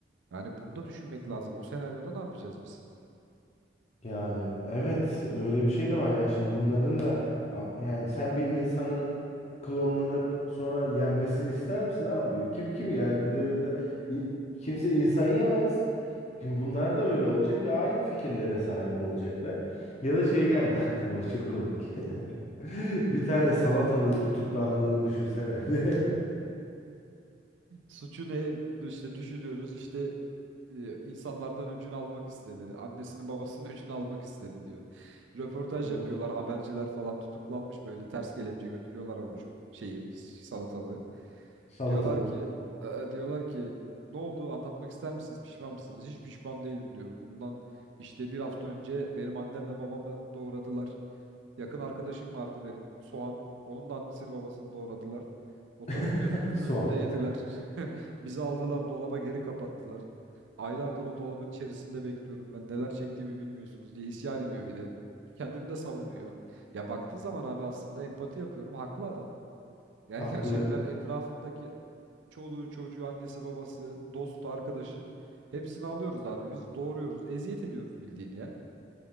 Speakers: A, on the right; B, on the left.
A: Yani bunu da düşünmek lazım. O senaryoda ne yapacağız biz?
B: Ya evet öyle bir şey de var yani şimdi bunların da a- yani sen bir insanın klonlanıp sonra yenmesini ister misin abi? Kim kimi yani bu devirde i- kimse insan yemez. Şimdi bunlar da öyle olacak ve aynı fikirlere sahip olacaklar. Ya da şey geldi <laughs> aklıma o çok komik. <laughs> Bir tane salatalığın tutuklandığını düşünsene. <laughs>
A: Suçu ne? İşte düşürüyoruz. İşte e, insanlardan öcünü almak istedi. Annesinin babasının <laughs> öcünü almak istedi diyor. Röportaj
B: Of
A: yapıyorlar. Haberciler falan tutuklanmış böyle ters kelepçe götürüyorlar avucu şeyi salatalığı.
B: salatalık
A: Diyorlar ki e, diyorlar ki ne oldu? Anlatmak ister misiniz? Pişman mısınız? Hiç pişman değilim diyor. Bundan işte bir hafta önce benim annemle babamı doğradılar. Yakın arkadaşım vardı benim Soğan. Onun da annesini babasını doğradılar. Oturup
B: <laughs>
A: gözümüzün
B: soğan
A: önünde yediler. <laughs> Bizi aldılar dolaba geri kapattılar. Aylardır o dolabın içerisinde bekliyorum ben neler çektiğimi bilmiyorsunuz diye isyan ediyor bir de. Kendini de savunuyor. Ya baktığın zaman abi aslında empati yapıyorum. Haklı adam. Yani
B: haklı
A: <laughs> gerçekten etrafındaki çoluğu çocuğu annesi babası dostu arkadaşı hepsini alıyoruz abi. Biz doğuruyoruz eziyet ediyoruz bildiğini ya.